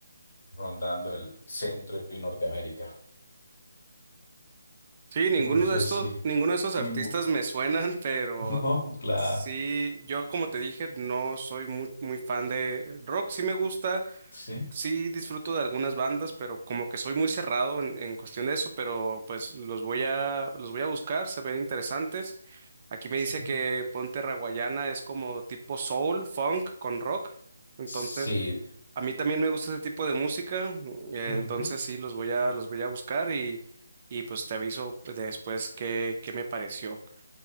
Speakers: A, on the left; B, on the right.
A: rondando el centro y Norteamérica.
B: Sí, ninguno
A: No sé
B: de estos,
A: si
B: ninguno de estos artistas
A: ninguno.
B: me suenan, <laughs> pero
A: <laughs> No, claro.
B: sí, yo como te dije, no soy muy, muy fan de rock, sí me gusta,
A: Sí,
B: sí disfruto de algunas bandas, pero como que soy muy cerrado en, en cuestión de eso, pero pues los voy a, los voy a buscar, se ven interesantes. Aquí me
A: sí.
B: dice que Ponte Raguayana es como tipo soul, funk con rock, entonces
A: Sí.
B: a mí también me gusta ese tipo de música, mm, eh,
A: Ujú.
B: entonces sí, los voy a, los voy a buscar y, y pues te aviso pues, después qué, qué me pareció.